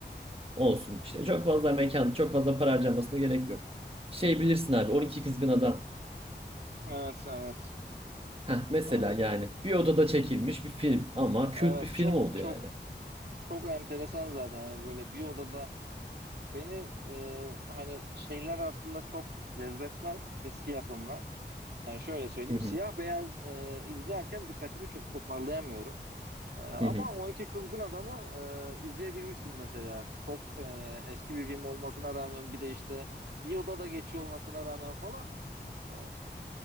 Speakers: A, on the right; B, on the right.
A: olsun işte. Çok fazla mekan, çok fazla para harcamasına gerek yok. Şey bilirsin abi 12 Kızgın Adam.
B: Evet evet
A: Heh, mesela
B: onu da izledim.
A: yani
B: <laughs>
A: bir odada çekilmiş bir film ama
B: Evet
A: kült bir film
B: çok
A: oldu
B: çok
A: yani.
B: çok enteresan zaten hani böyle bir odada beni e, hani şeyler aslında çok cezbetmez eski yapımlar. Hani şöyle söyleyeyim
A: Hı hı.
B: siyah beyaz e, izlerken dikkatimi çok toparlayamıyorum. E, ama
A: Hı hı.
B: 12 Kızgın Adam'ı e, izleyebilmiştim mesela. Çok e, eski bir film olmasına rağmen bir de işte bir odada geçiyor olmasına rağmen falan Ee,